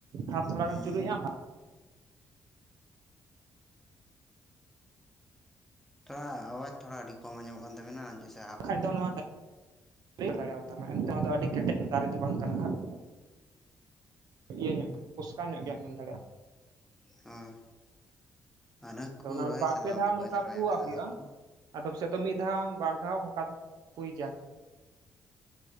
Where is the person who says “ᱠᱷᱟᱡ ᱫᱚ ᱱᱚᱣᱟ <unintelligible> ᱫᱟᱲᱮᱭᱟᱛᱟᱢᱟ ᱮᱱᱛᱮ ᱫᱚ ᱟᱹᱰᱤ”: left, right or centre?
Right